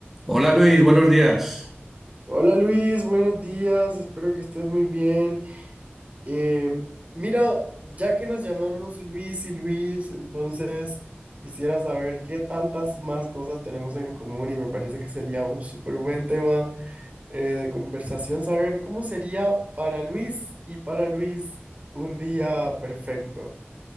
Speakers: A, in the centre; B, on the right.
A: Hola Luis, buenos días.
B: Hola Luis, buenos días, espero que estés muy bien. Eh, mira, ya que nos llamamos Luis y Luis, entonces quisiera saber qué tantas más cosas tenemos en común y me parece que sería un súper buen tema eh, de conversación, saber cómo sería para Luis y para Luis un día perfecto.